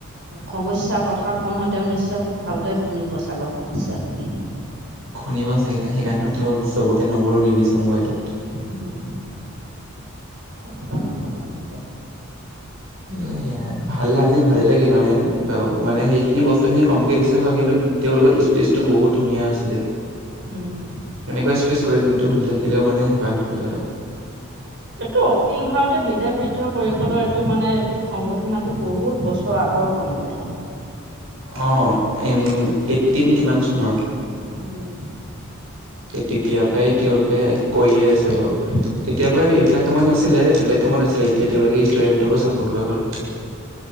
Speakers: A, on the right (about 60°); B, on the right (about 75°).
A: সমস্যা কথা কওঁ নহয়। তেওঁ নিশ্চয় খুব ভালদৰে শুনিব চাগে সমস্যাখিনি।
B: শুনিবা চাগে ত সেইকাৰণে তেওঁক চবকে নম্বৰো দি দিছে, মোবাইলত-
A: উম, অকণো ভাল লাগিছে।
B: এ ভাল আজি ভালে লাগিল মানে বাৰু মানে সেইখিনি বস্তু খিনি কমকে দিছে হয় কিন্তু- তেওঁলোকৰ স্পিচটো বহুত ধুনীয়া আছিলে।
A: উম।
B: এনেকুৱা স্পেচ কৰে দিনটো শুনি থাকিলেও মানে হেঁপাহ নপলাই আৰু।
A: এইটো অখিল ভাৰতীয় বিদ্যাপীঠ পৰিষদৰ এইটো মানে- তোক সংগঠন আজি বহুত বছৰ আগৰ সংগঠন-
B: অ এম এইটটিন কিমান চনৰ!
A: উম,
B: সেইতেতিয় পৰাই তেওঁলোকে কৈয়ে আছে- বাৰু তেতিয় পৰা এইবিলাক কামত নাছিলে বেলেগ- কামত আছিলে এতিয়া তেওঁলোকে ষ্টুডেণ্টকো ছাপৰ্ট কৰা হ'ল।